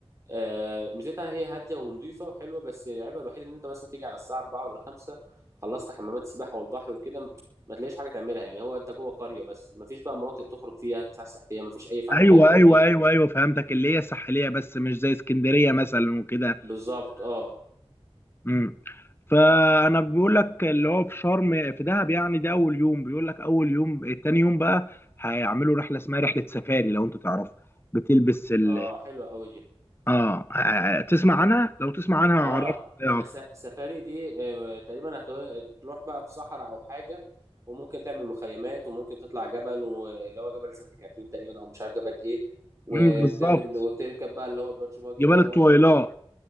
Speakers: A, on the right (about 30°); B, on the left (about 20°).
A: آه، ميزتها هي هاديه ونظيفه وحلوه بس العيبها الوحيد ان انت مثلا تيجي على الساعه 4 ولا 5 خلصت حمامات السباحه والبحر وكده م- ما تلاقيش حاجه تعملها يعني هو انت جوه قريه بس ما فيش بقى مناطق تخرج فيها تتفسح فيها ما فيش اي فعاليات
B: ايوه
A: بالليل
B: ايوه ايوه ايوه فهمتك اللي هي ساحليه بس مش زي اسكندريه مثلا وكده
A: بالظبط اه
B: امم فانا بيقول لك اللي هو في شرم في دهب يعني ده اول يوم بيقول لك اول يوم تاني يوم بقى هيعملوا رحله اسمها رحله سفاري لو انت تعرفها بتلبس ال
A: اه حلوه قوي دي
B: اه آه، تسمع عنها لو تسمع عنها هعرفك
A: اه
B: عليها
A: انا
B: اكتر
A: س- سفاري دي آه، تقريبا هتروح بقى في صحراء او حاجه وممكن تعمل مخيمات وممكن تطلع جبل واللي هو جبل سانت كاترين تقريبا او مش عارف جبل ايه وبتعمل
B: امم بالظبط
A: وبتركب بقى اللي هو الباتش باجي
B: جبال
A: دوت
B: الطويلات